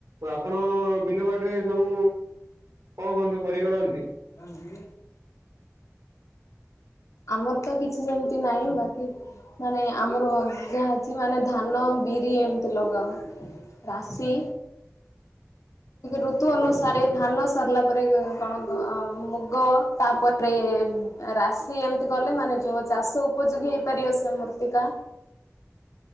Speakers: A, on the right; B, on the left.
A: ଆପଣ ବିଲବାଡିରେ ସବୁ କଣ କଣ ପରିବା ଲଗାନ୍ତି।
B: ହଉ ଆମର ତ କିଛି ଯେମିତି ନାହିଁ। ବାକି ମାନେ ଆମର ଯାହା ଅଛି ମାନେ ଧାନ ବିରି ଏମିତି ଲଗାହୁଏ। ରାଶି, ଋତୁ ଅନୁସାରେ
A: ଆଚ୍ଛା
B: ଧାନ ସରିଲା ତାପରେ କଣ, ମୁଗ ତାପରେ ରାଶି ସେ ଏମିତି କଲେ ମାନେ ଯୋଉଁ ଚାଷ ଉପଯୋଗୀ ହେଇପାରିବ ସେ ମୂର୍ତ୍ତିକା।